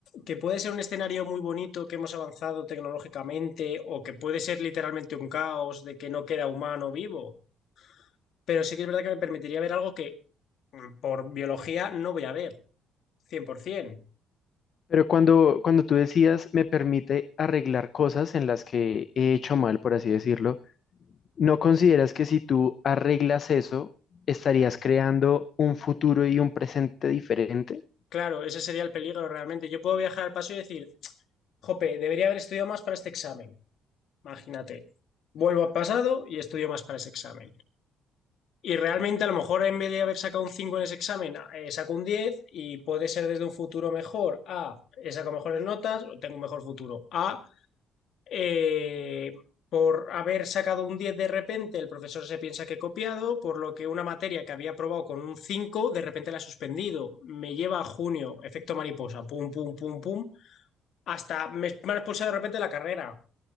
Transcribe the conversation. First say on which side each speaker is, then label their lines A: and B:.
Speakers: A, on the left; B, on the left.
A: que puede ser un escenario muy bonito, que hemos avanzado tecnológicamente, o que puede ser literalmente un caos de que no queda humano vivo. Pero sí que es verdad que me permitiría ver algo que mm, por biología no voy a ver, 100%.
B: pero cuando, cuando tú decías, me permite arreglar cosas en las que he hecho mal, por así decirlo, ¿no consideras que si tú arreglas eso, estarías creando un futuro y un presente diferente?
A: Claro, ese sería el peligro realmente. Yo puedo viajar al pasado y decir, jope, debería haber estudiado más para este examen. Imagínate, vuelvo al pasado y estudio más para ese examen. Y realmente a lo mejor en vez de haber sacado un 5 en ese examen, eh, saco un 10 y puede ser desde un futuro mejor a he sacado mejores notas, o tengo un mejor futuro, a eh, por haber sacado un 10 de repente el profesor se piensa que he copiado, por lo que una materia que había aprobado con un 5 de repente la he suspendido, me lleva a junio, efecto mariposa, pum, pum, pum, pum, hasta me, me han expulsado de repente de la carrera